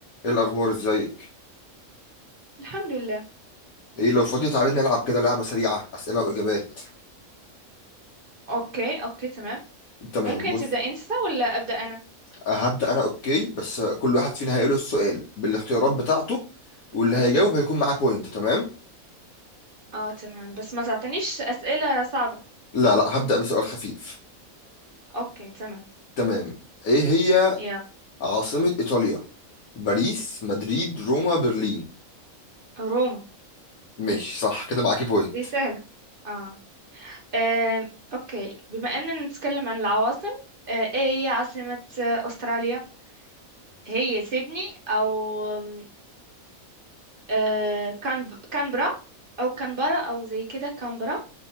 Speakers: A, on the left; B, on the right.
A: ايه الاخبار ازيك
B: الحمد لله
A: ايه لو فاضي تعالى نلعب كده لعبه سريعه اسئله واجابات
B: اوكي اوكي تمام
A: تمام
B: ممكن
A: بص
B: تبدأ انت ولا أبدأ انا
A: هبدا انا اوكي بس كل واحد فينا هيقوله السؤال بالاختيارات بتاعته واللي هيجاوب هيكون معاه بوينت تمام
B: اه تمام بس ما تعطينيش أسئلة صعبة
A: لا لا هبدا بسؤال خفيف
B: اوكي تمام
A: تمام ايه هي
B: يا
A: عاصمه ايطاليا باريس مدريد روما برلين
B: روما
A: ماشي صح كده معاكي بوينت
B: دي سهلة اه آم، اوكي بما اننا نتكلم عن العواصم آه، ايه هي عاصمة آه، استراليا هي سيدني او آم، آه، كانب... كانبرا او كانبرا او زي كده كانبرا